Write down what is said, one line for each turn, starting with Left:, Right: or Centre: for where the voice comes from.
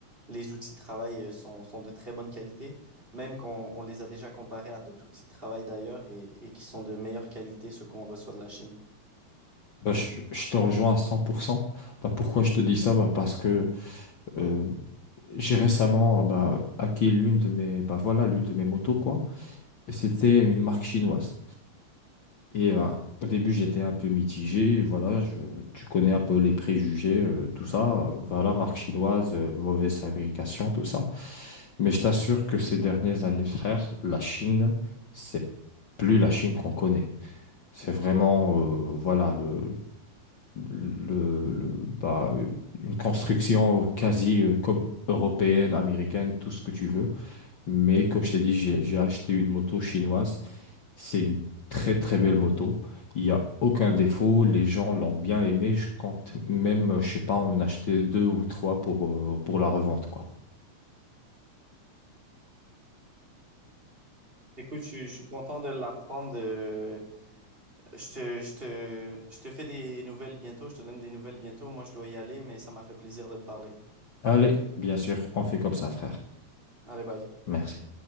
Right: les outils de travail euh, sont, sont de très bonne qualité. Même quand on les a déjà comparés à d'autres outils de travail d'ailleurs et, et qui sont de meilleure qualité, ceux qu'on reçoit de la Chine.
Left: Bah, je, je te rejoins à 100%. Bah, pourquoi je te dis ça? Bah, parce que euh, j'ai récemment bah, acquis l'une de mes, bah, voilà, l'une de mes motos, quoi. Et C'était une marque chinoise. Et euh, au début, j'étais un peu mitigé. Voilà, je- tu connais un peu les préjugés, euh, tout ça. euh, voilà, marque chinoise, euh, mauvaise fabrication, tout ça. Mais je t'assure que ces dernières années, frère, la Chine, c'est plus la Chine qu'on connaît. C'est vraiment, euh, voilà, le, le, le- bah, une construction quasi, euh, comme européenne, américaine, tout ce que tu veux. Mais comme je t'ai dit, j'ai j'ai acheté une moto chinoise. C'est une très très belle moto. Il n'y a aucun défaut. Les gens l'ont bien aimée. Je compte même, je sais pas, en acheter deux ou trois pour, euh, pour la revente, quoi.
Right: Écoute, je, je suis content de l'apprendre. euh, Je te, je te, je te fais des nouvelles bientôt, je te donne des nouvelles bientôt. Moi, je dois y aller, mais ça m'a fait plaisir de te parler.
Left: Allez, bien sûr, on fait comme ça, frère.
Right: Allez, bye.
Left: Merci.